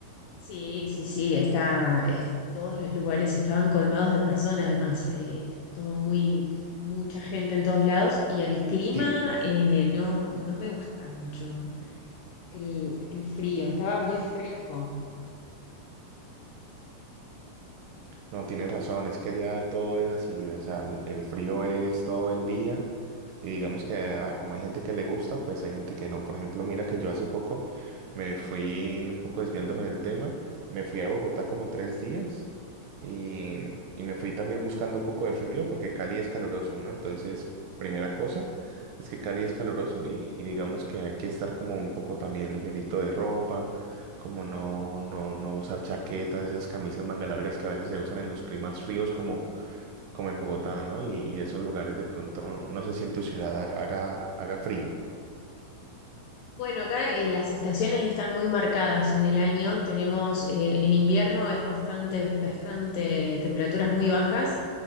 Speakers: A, on the left; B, on the right.
A: Sí, sí, sí, está, este, todos los lugares estaban colmados de personas, además, eh, todo muy, mucha gente en todos lados y el clima
B: Sí,
A: eh, no, no me gusta mucho, el, el frío, estaba muy fresco.
B: no, tienes razón, es que allá todo es así, o sea, el el frío es todo el día. Y digamos que ah, como hay gente que le gusta, pues hay gente que no. Por ejemplo, mira que yo hace poco me fui un poco desviándome del tema, me fui a Bogotá como tres días y, y me fui también buscando un poco de frío porque Cali es caluroso, ¿no? Entonces, primera cosa es que Cali es caluroso y, y digamos que hay que estar como un poco también ligerito de ropa, como no, no, no usar chaquetas, esas camisas manga largas que a veces se usan en los climas fríos como como en Bogotá, ¿no? Y, y esos lugares de pronto, no sé si en tu ciudad ha- haga, haga frío.
A: Bueno, acá eh, las estaciones están muy marcadas en el año, tenemos eh, en invierno es bastante, bastante temperaturas muy bajas,